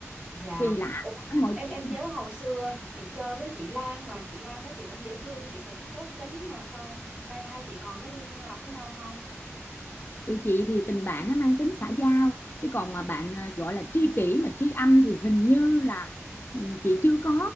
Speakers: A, on the right; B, on the left.
A: Dạ,
B: kỳ lạ
A: Ủa,
B: mọi
A: em
B: chuyện
A: em nhớ hồi xưa chị chơi với chị Lan mà chị Lan đó chị cũng dễ thương, chị cũng tốt tính mà sao nay hai chị còn có liên lạc với nhau không?
B: tụi chị thì tình bạn nó mang tính xã giao chứ còn mà bạn à, gọi là tri kỷ mà tri âm thì hình như là ừ, chị chưa có